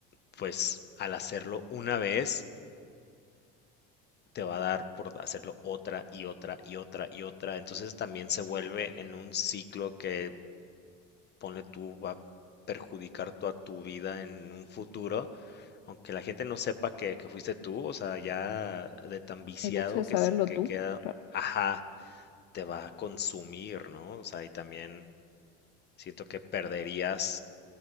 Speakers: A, on the left; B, on the left.
A: pues al hacerlo una vez te va a dar por hacerlo otra y otra y otra y otra, entonces también se vuelve en un ciclo que ponle tú va a perjudicar toda tu vida en un futuro Aunque la gente no sepa que, que fuiste tú, o sea, ya de tan viciado
B: El hecho de saberlo
A: que, s- que
B: tú,
A: queda,
B: claro,
A: ajá, te va a consumir, ¿no? O sea, y también siento que perderías